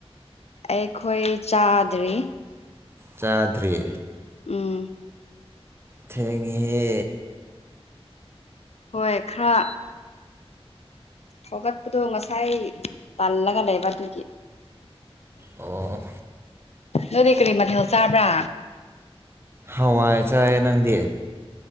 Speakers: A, on the left; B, on the right.
A: ꯑꯩꯈꯣꯏ ꯆꯥꯗ꯭ꯔꯤ
B: ꯆꯥꯗ꯭ꯔꯔꯤ
A: ꯎꯝ
B: ꯊꯦꯡꯍꯦ
A: ꯍꯣꯏ ꯈꯔ ꯍꯧꯒꯠꯄꯗꯣ ꯉꯁꯥꯏ ꯇꯜꯂꯒ ꯂꯩꯕ ꯑꯗꯨꯒꯤ
B: ꯑꯣ
A: ꯅꯣꯏꯗꯤ ꯀꯔꯤ ꯃꯊꯦꯜ ꯆꯥꯕ꯭ꯔꯥ
B: ꯍꯋꯥꯏ ꯆꯥꯏꯌꯦ ꯅꯪꯗꯤ